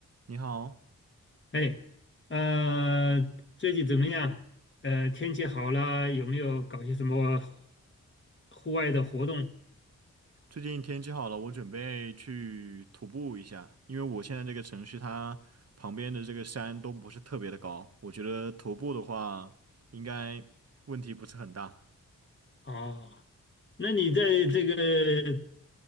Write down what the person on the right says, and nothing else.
你好，
最近天气好了，我准备去徒步一下，因为我现在这个城市它旁边的这个山都不是特别的高，我觉得徒步的话应该问题不是很大。